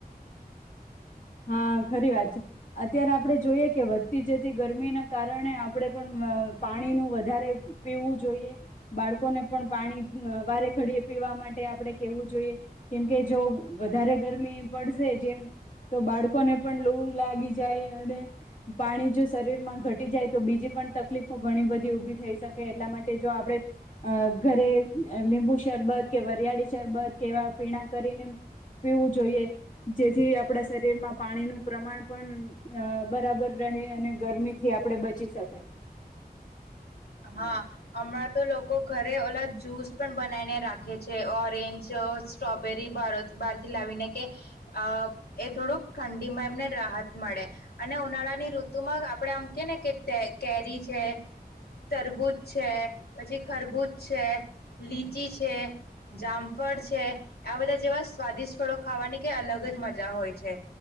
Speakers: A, on the left; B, on the left.
A: હા, ખરી વાત છે. અત્યારે આપણે જોઈએ કે વધતી જતી ગરમીના કારણે આપડે પણ મ પાણીનું વધારે પીવું જોઈએ બાળકોને પણ પાણી અહ વારે ઘડીએ પીવા માટે આપડે કેવું જોઈએ કેમ કે જો વધારે ગરમી પડશે જેમ તો બાળકોને પણ લૂ લાગી જાય અને પાણી જો શરીરમાં ઘટી જાય તો બીજી પણ તકલીફો ઘણી બધી ઊભી થઈ શકે એટલા માટે જો આપડે અહ ઘરે લીંબુ શરબત કે વરિયાળી શરબત કેવા પીણા કરીને પીવું જોઈએ જેથી અહ પડા શરીરમાં પાણીનું પ્રમાણ પણ અહ બરાબર રહે અને ગરમીથી આપડે બચી શકાય.
B: હા, હમણાં તો લોકો ઘરે ઓલા જ્યુસ પણ બનાવીને રાખે છે. ઓરેન્જ અહ સ્ટ્રોબેરી બહારથી લાવીને કે અહ એ થોડુંક ઠંડીમાં એમને રાહત મળે અને ઉનાળાની ઋતુમાં આપડે આમ કે ને કે તે કેરી છે તરબૂજ છે, પછી ખરબૂજ છે, લીચી છે, જામફળ છે, આ બધા જેવા સ્વાદિષ્ટ ફળો ખાવાની કંઈ અલગ જ મજા હોય છે.